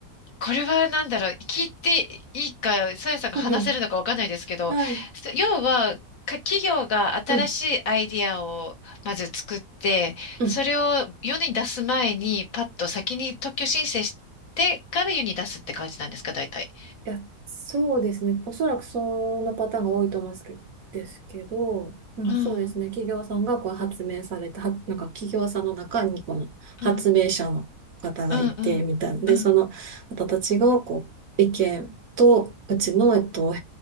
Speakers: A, on the left; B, on the right.
A: これはなんだろう、聞いていいか、さやさんが話せるのかわかんないですけど、
B: うんうんはい。
A: そ要は、か企業が新しいアイディアをまず作って、
B: うん。うん
A: それを世に出す前に、パッと先に特許申請してから世に出すって感じなんですか、大体。
B: いや、そうですね。おそらくそのパターンが多いと思うんですけですけど、うん、
A: うん、
B: そうですね。企業さんがこう発明された、はなんか企業さんの中にこの発明者の方がいて、
A: うん、うん、うん、
B: みたいな。で、
A: うん。
B: その方たちがこう意見と、うちの、えっと、